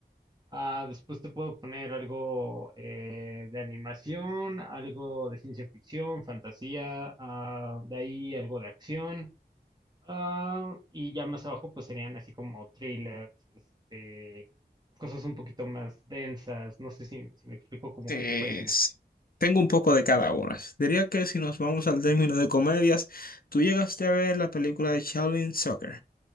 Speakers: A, on the right; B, on the left.
A: Ah, después te puedo poner algo eh, de animación, algo de ciencia ficción, fantasía, ah, de ahí algo de acción. ah, y ya más abajo pues serían así como trailers, este, cosas un poquito más densas. No sé si, si me explico como
B: Eh,
A: qué tipo de cine.
B: sí. Tengo un poco de cada una. Diría que si nos vamos al término de comedias, tú llegaste a ver la película de Shaolin Soccer,